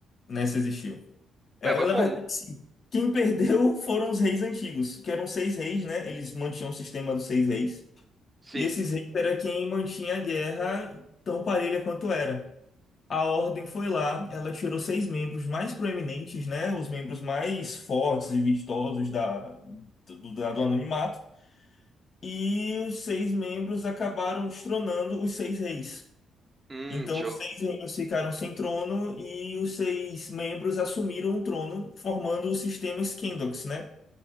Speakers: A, on the left; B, on the right.
A: Nessa existiu. É,
B: Ué, mas
A: na
B: como?
A: verdade, sim. Quem perdeu foram os reis antigos, que eram seis reis, né? Eles mantinham o sistema dos seis reis.
B: Sim.
A: E esses reis era quem mantinha a guerra tão parelha quanto era. A ordem foi lá, ela tirou seis membros mais proeminentes, né? Os membros mais fortes e vistosos da, do, da- do anonimato. E os seis membros acabaram destronando os seis reis.
B: Hum,
A: Então,
B: show.
A: os seis reinos ficaram sem trono e os seis membros assumiram o trono, formando o sistema Scandox, né?